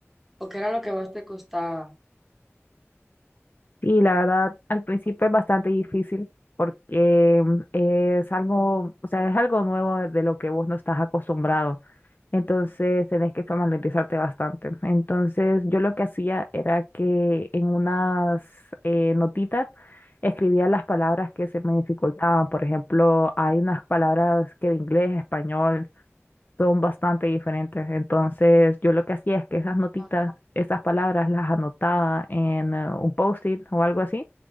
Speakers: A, in the centre; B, on the left.
A: ¿O qué era lo que más te costaba?
B: Y la verdad, al principio es bastante difícil porque mm, es algo, o sea, es algo nuevo de lo que vos no estás acostumbrado. Entonces tenés que familiarizarte bastante. Entonces yo lo que hacía era que en unas eh, notitas escribía las palabras que se me dificultaban. Por ejemplo, hay unas palabras que de inglés a español son bastante diferentes. Entonces yo lo que hacía es que esas notitas,
A: Ah,
B: esas palabras las anotaba en eh, un post-it o algo así